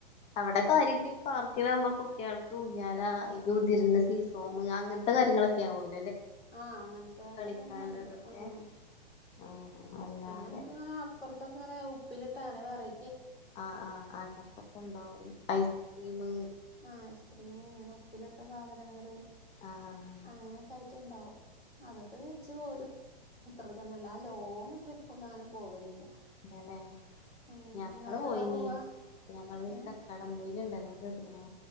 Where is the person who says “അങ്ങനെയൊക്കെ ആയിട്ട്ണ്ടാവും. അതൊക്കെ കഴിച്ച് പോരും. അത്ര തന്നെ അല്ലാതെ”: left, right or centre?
Left